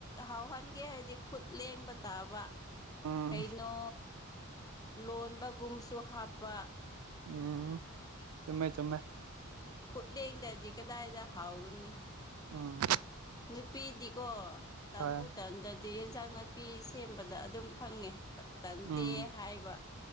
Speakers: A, on the left; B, on the right.
A: ꯍꯋꯥ ꯈ ꯈꯪꯒꯦ ꯍꯥꯏꯔꯗꯤ ꯈꯨꯠ ꯂꯦꯡꯕ ꯇꯥꯕ
B: ꯎꯝ
A: ꯀꯩꯅꯣ ꯂꯣꯟꯕꯒꯨꯝꯁꯨ ꯍꯥꯞꯄ
B: ꯎꯝ ꯆꯨꯝꯃꯦ ꯆꯨꯝꯃꯦ
A: ꯈꯨꯠꯂꯦꯡꯗꯗꯤ ꯀꯗꯥꯏꯗ ꯍꯥꯎꯒꯅꯤ
B: ꯎꯝ <unintelligible>
A: ꯁꯨꯄꯤꯗꯤꯀꯣ ꯇꯟꯕꯨ
B: ꯍꯣꯏ
A: ꯇꯟꯗꯗꯤ ꯌꯦꯟꯖꯥꯡ ꯅꯥꯄꯤ ꯁꯦꯝꯕꯗ ꯑꯗꯨꯝ ꯐꯪꯉꯦ ꯇꯟꯗꯦ
B: ꯎꯝ
A: ꯍꯥꯏꯕ